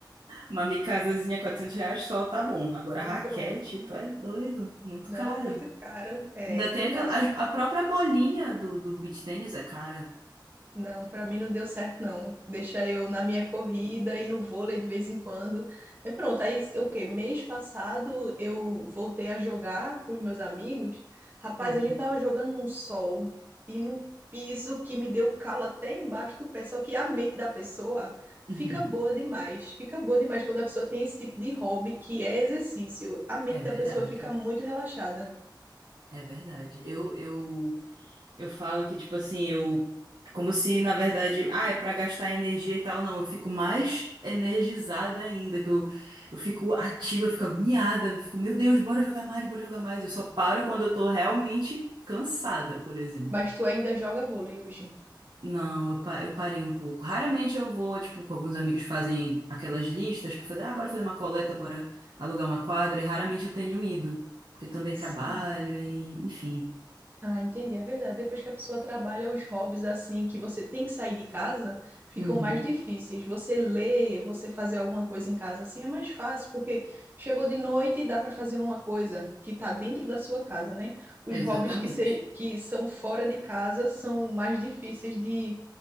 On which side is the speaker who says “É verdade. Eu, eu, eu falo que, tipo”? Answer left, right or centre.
Right